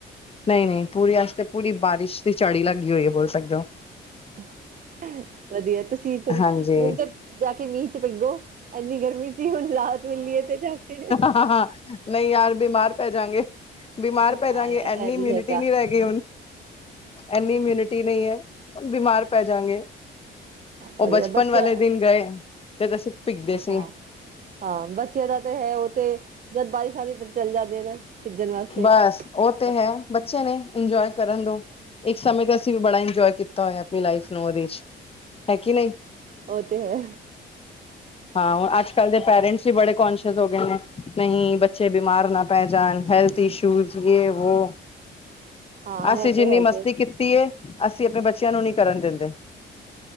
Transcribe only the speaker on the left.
ਨਹੀਂ ਨਹੀਂ ਪੂਰੀ ਅੱਜ ਤੇ ਪੂਰੀ ਬਾਰਿਸ਼ ਦੀ ਚੜੀ ਲੱਗੀ ਹੋਈ ਹੈ ਬੋਲ ਸਕਦੇ ਹੋ
ਹਾਂਜੀ
ਹਾਂ ਹਾਂ ਨਹੀਂ ਯਾਰ, ਬਿਮਾਰ ਪੈ ਜਾਗੇ -ਬਿਮਾਰ
ਪੈ ਜਾਂਗੇ ਏਨੀ
ਇਮਿਊਨਿਟੀ
ਨਹੀਂ ਰਹਿ ਗਈ ਹੁਣ ਐਨੀ ਮਿਨਟੀ ਨਹੀਂ ਐ, ਬਿਮਾਰ ਪੈ ਜਾਣਗੇ। ਉਹ
ਬਚਪਨ
ਵਾਲੇ ਦਿਨ ਗਏ ਜੱਦ ਅਸੀਂ ਭਿੱਗਦੇ ਸੀ,
ਬਸ ਉਹ ਤੇ
ਹੈ, ਬੱਚੇ ਨੇ ਇੰਜੋਏ ਕਰਨ ਦੋ ਇੱਕ ਸਮੇਂ ਤੇ ਅਸੀਂ ਵੀ ਬੜਾ ਇਨਜੋਏ ਕੀਤਾ ਹੋਇਆ, ਆਪਣੀ ਲਾਈਫ ਨੂੰ ਉਹਦੇ 'ਚ, ਹੈ ਕੀ ਨਹੀਂ?
ਹਾਂ ਓ, ਅੱਜ ਕੱਲ੍ਹ ਦੇ ਪੇਰੈਂਟਸ ਵੀ ਬੜੇ ਕੋਂਨਸ਼ੀਅਸ ਹੋਗੇ ਨੇ। ਨਹੀਂ ਬੱਚੇ ਬਿਮਾਰ ਨਾ ਪਹਿ ਜਾਣ ਹੈਲਥ ਇਸ਼ੂਜ਼ ਯ ਏ ਓ
ਅਸੀਂ,
ਜਿੰਨੀ
ਮਸਤੀ ਕੀਤੀ, ਪੀ ਐ, ਅਸੀਂ ਆਪਣੇ ਬੱਚਿਆਂ ਨੂੰ ਨੀ ਕਰਨ ਦਿੰਦੇ।